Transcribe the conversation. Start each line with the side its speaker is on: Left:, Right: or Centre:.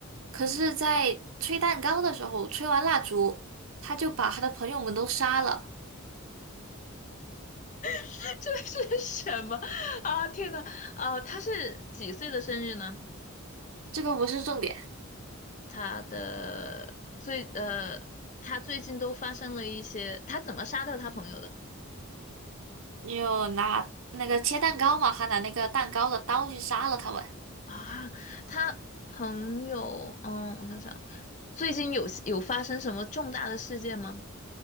Right: 可是在吹蛋糕的时候，吹完蜡烛，他就把他的朋友们都杀了，
Left: <laughs> 这是什么啊？天呐，呃，他是几岁的生日呢？
Right: 这个不是重点。
Left: 他的最呃，他最近都发生了一些，他怎么杀掉他朋友的
Right: 你有拿那个切蛋糕嘛，还拿那个蛋糕的刀去杀了他们。
Left: 啊？他朋友，嗯，我想想。最近有有发生什么重大的事件吗？